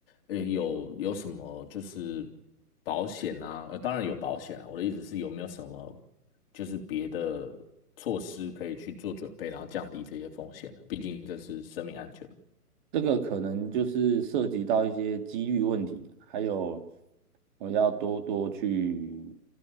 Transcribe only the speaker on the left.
呃，有有什么就是保险啊？呃，当然有保险啊。我的意思是有没有什么就是别的措施可以去做准备，然后降低这些风险呢？毕竟这是生命安全嘛。